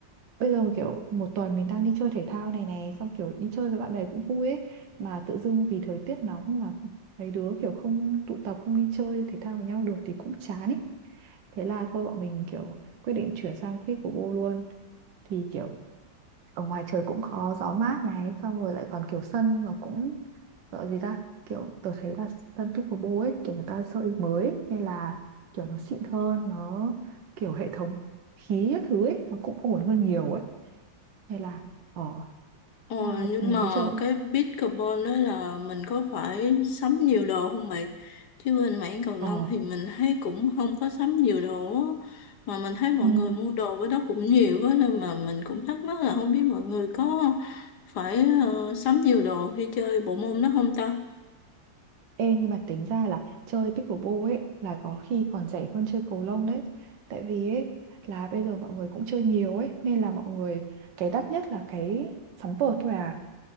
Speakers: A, on the right (about 75°); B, on the left (about 65°).
A: bây giờ kiểu một tuần mình đang đi chơi thể thao này này xong kiểu đi chơi với bạn bè cũng vui ấy mà tự dưng vì thời tiết nóng mà mấy đứa kiểu không tụ tập không đi chơi thể thao với nhau được thì cũng chán ấy thế là thôi bọn mình kiểu quyết định chuyển sang pickleball luôn thì kiểu ở ngoài trời cũng có gió mát này xong rồi lại còn kiểu sân nó cũng gọi gì ta kiểu tôi thấy là sân pickleball ấy kiểu người ta xây mới ấy, nên là kiểu nó xịn hơn nó kiểu hệ thống khí các thứ ấy nó cũng ổn hơn nhiều ấy hay là ờ
B: ờ,
A: à,
B: nhưng
A: mình
B: mà
A: thấy chơi
B: cái pickleball đó là mình có phải sắm nhiều đồ không bạn chứ bên mảng cầu lông
A: ờ
B: thì mình thấy cũng không có sắm nhiều đồ á mà mình thấy mọi
A: ừm,
B: người mua đồ với đó cũng nhiều á nên mà mình cũng thắc mắc là không biết mọi người có phải ờ, sắm nhiều đồ khi chơi bộ môn đó không ta
A: ê nhưng mà tính ra là chơi pickleball ấy là có khi còn rẻ hơn chơi cầu lông đấy tại vì ấy là bây giờ mọi người cũng chơi nhiều ấy nên là mọi người cái đắt nhất là cái sóng vợt thôi à